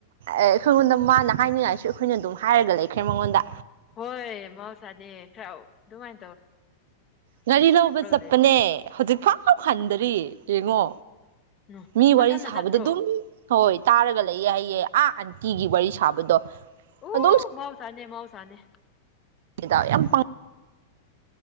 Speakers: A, on the right; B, on the left.
A: ꯑꯩꯈꯉꯣꯟꯗ ꯃꯥꯅ ꯍꯥꯏꯅꯤꯡꯉꯥꯏꯁꯨ ꯑꯩꯈꯣꯏꯅ ꯑꯗꯨꯝ ꯍꯥꯏꯔꯒ ꯂꯩꯈ꯭ꯔꯦ ꯃꯉꯣꯟꯗ
B: ꯍꯣꯏ ꯃꯍꯧꯁꯥꯅꯦ ꯈꯔ ꯑꯗꯨꯃꯥꯏ
A: ꯉꯥꯔꯤ ꯂꯧꯕ ꯆꯠꯄꯅꯦ
B: ꯂꯩꯕꯅꯦ
A: ꯍꯧꯖꯤꯛ ꯐꯥꯎ ꯍꯟꯗꯔꯤ ꯌꯦꯡꯉꯣ
B: ꯎꯝ
A: ꯃꯤ
B: ꯃꯊꯟꯗ
A: ꯋꯥꯔꯤ ꯁꯥꯕꯗ
B: ꯆꯠꯄ꯭ꯔꯣ
A: ꯑꯗꯨꯝ ꯍꯣꯏ ꯇꯥꯔꯒ ꯂꯩꯌꯦ ꯍꯥꯏꯌꯦ ꯑꯥ ꯃꯤꯒꯤ ꯋꯥꯔꯤ ꯁꯥꯕꯗꯣ
B: ꯑꯣ
A: ꯑꯗꯨꯝ
B: ꯃꯍꯧꯁꯥ ꯅꯦ ꯃꯍꯧꯁꯥꯅꯦ
A: ꯗꯥ ꯌꯥꯝ